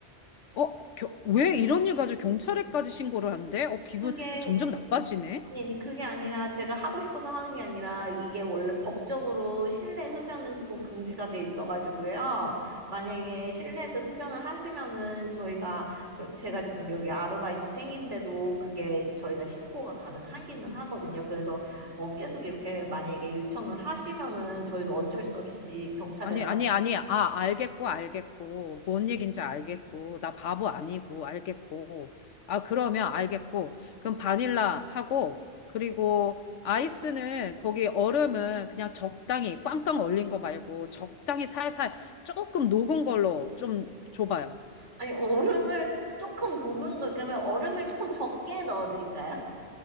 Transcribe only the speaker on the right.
그게
아니, 아니, 그게 아니라 제가 하고 싶어서 하는 게 아니라 이게 원래 법적으로 실내 흡연은 조금 금지가 돼 있어가지고요. 만약에 실내에서 흡연을 하시면은 저희가, 여- 제가 지금 여기 아르바이트생인데도 그게 저희가 신고가 가능하기는 하거든요. 그래서 어, 계속 이렇게 만약에 요청을 하시면은 저희도 어쩔 수 없이 경찰에다가,
신-
아니, 얼음을 조금 녹은 걸, 그러면 얼음을 조금 적게 넣어드릴까요?